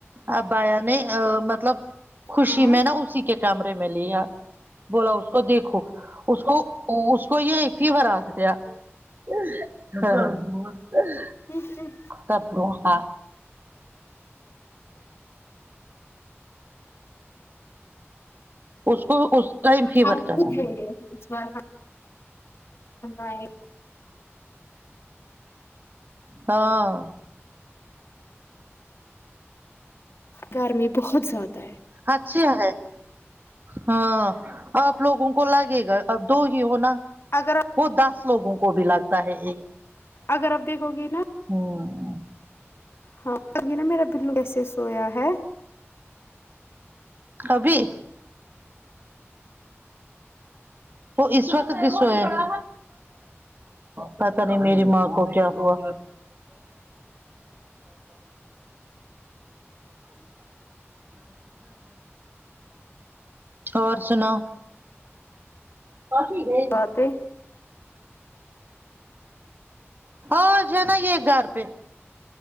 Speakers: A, on the right (about 45°); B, on the left (about 60°).
A: اب بھیا نے مطلب خوشی
B: ہاں
A: میں نا اسی کے کیمرے میں لیا بولا اس کو دیکھو اس کو اس کو یہ فیور آ <unintelligible>
B: ہوں ہوں
A: اور ہا اس کو اس ٹائم فیور
B: ہم
A: چڑھا
B: خود ہے اس بار ہم اائے
A: ہاں
B: گرمی بہت زیادہ ہے
A: اچھا ہے ہاں آپ لوگوں کو لگے گا اب دو ہی ہونا
B: اگر آپ
A: وہ دس لوگوں کو بھی لگتا ہے ایک
B: اگر آپ دیکھو گی نا
A: ہوں
B: ہاں تبھی نا میرا بلو ایسے سویا ہے
A: ابھی وہ اس وقت بی سویا پتا نہیں میری ماں کو کیا ہوا <inaudible> اور سناؤ کافی بھیجو
B: باتیں
A: آج ہے نا یہ گھر پہ